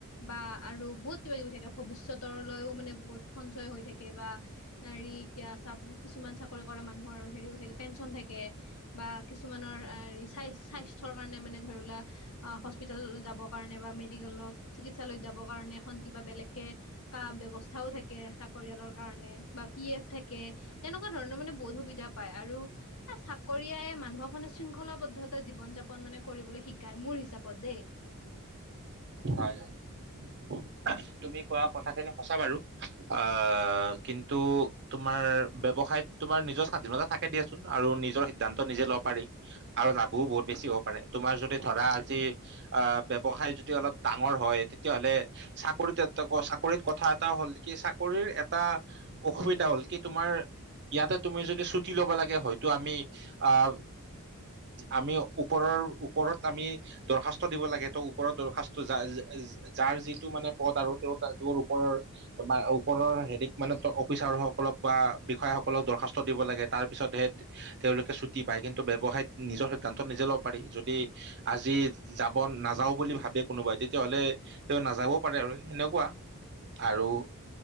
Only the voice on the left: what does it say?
বা আৰু বহুত কিবা কিবি থাকে ভৱিষ্যতৰলৈও মানে বহুত সঞ্চয় হৈ থাকে বা হেৰি এতিয়া চা কিছুমান চাকৰি কৰা মানুহৰ হেৰি থাকে পেঞ্চন থাকে বা কিছুমানৰ স্বাস্থৰ কাৰণে মানে ধৰিলোৱা হস্পিতেল যাবৰ কাৰণে বা মেডিকেলত চিকিৎসালয়ত যাব কাৰণে এখন কিবা বেলেগকে ক ব্যৱস্থাও থাকে চাকৰিয়ালৰ কাৰণে বা পি এফ থাকে তেনেকুৱা ধৰণৰ মানে বহুত সুবিধা পায় আৰু এ চাকৰিয়াই মানুহক মানে শৃংখলাবদ্ধতা জীৱন যাপন মানে কৰিবলৈ শিকাই মোৰ হিচাপত দেই